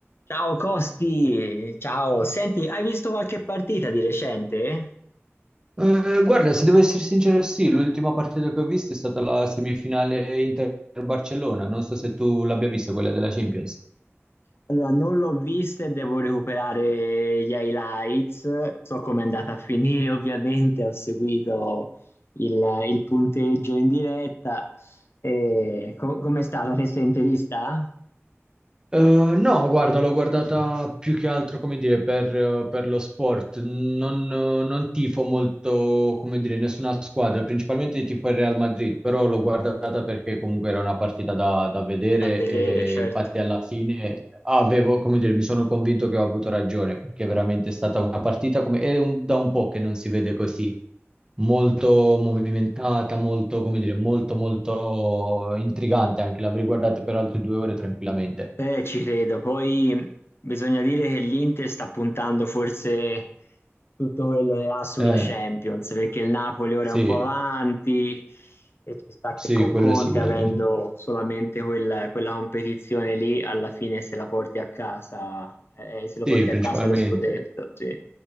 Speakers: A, on the left (about 60°); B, on the right (about 15°).
A: Ciao Costi, ciao. Senti, hai visto qualche partita di recente?
B: Eh, guarda, se devo essere sincero, sì, l'ultima partita che ho visto è stata la semifinale Inter-Barcellona. Non so se tu l'abbia vista, quella della Champions.
A: Allora, non l'ho vista e devo recuperare gli highlights. So come è andata a finire, <laughs> ovviamente, ho seguito il, il punteggio in diretta. E co- com'è stata? Te sei interista?
B: Eh, no, guarda, l'ho guardata più che altro, come dire, per, eh, per lo sport. Non, eh, non tifo molto, come dire, nessuna squadra, principalmente tifo il Real Madrid, però l'ho guardata perché comunque era una partita da, da vedere
A: Da vedere,
B: e
A: certo.
B: infatti alla fine avevo, come dire, mi sono convinto che ho avuto ragione, perché veramente è veramente stata una partita come... è un- da un po' che non si vede così molto movimentata, molto, come dire, molto, molto intrigante anche. L'avrei guardata per altre due ore tranquillamente.
A: Eh, ci credo. Poi bisogna dire che l'Inter sta puntando forse tutto quello che ha sulla
B: Eh,
A: Champions, perché il Napoli ora
B: sì,
A: è un po' avanti e ci sta
B: sì,
A: che con
B: quello
A: Conte,
B: sicuramente.
A: avendo solamente quel- quella competizione lì, alla fine se la porti a casa, eh, se lo
B: Sì,
A: porti
B: principalmente.
A: a casa lo scudetto, sì.